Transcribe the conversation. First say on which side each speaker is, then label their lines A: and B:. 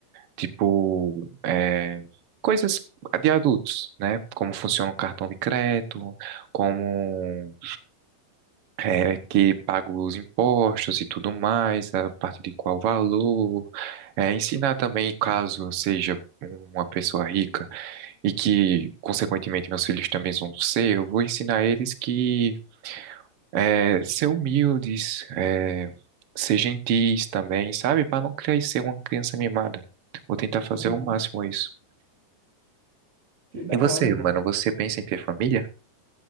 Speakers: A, on the right; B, on the right.
A: Tipo, é, coisas de adultos, né? Como funciona o cartão de crédito, como é que paga os impostos e tudo mais, a partir de qual valor. É, ensinar também, caso eu seja uma pessoa rica e que, consequentemente, meus filhos também vão ser, eu vou ensinar eles que. É, ser humildes, é, ser gentis também, sabe? Para não crescer uma criança mimada. Vou tentar fazer
B: Uhum.
A: o máximo isso.
B: Que da
A: E você,
B: hora,
A: mano,
B: mano.
A: você pensa em ter família?